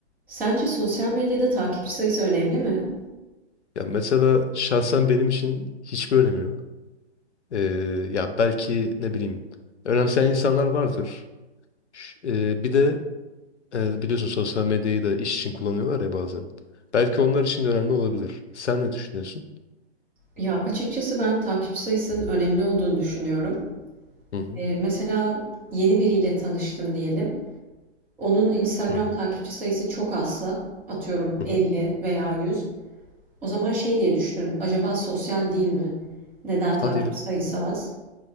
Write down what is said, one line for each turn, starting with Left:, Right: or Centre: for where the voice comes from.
Centre: Sence sosyal medyada takipçi sayısı önemli mi?
Left: Ya mesela şahsen benim için hiçbir önemi yok. Ee, ya belki ne bileyim önemseyen insanlar vardır. Ş- ee, bir de e, biliyorsun sosyal medyayı da iş için kullanıyorlar ya bazen. Belki onlar için de önemli olabilir. Sen ne düşünüyorsun?
Centre: Ya, açıkçası ben takipçi sayısının önemli olduğunu düşünüyorum.
Left: Hı hı.
Centre: Eee, mesela yeni biriyle tanıştın diyelim. Onun Instagram
Left: Hı hı.
Centre: takipçi sayısı çok azsa, atıyorum
Left: Hı hı.
Centre: 50 veya 100, o zaman şey diye düşünürüm, acaba sosyal değil mi? Neden
Left: Hadi
Centre: takipçi
Left: ya.
Centre: sayısı az?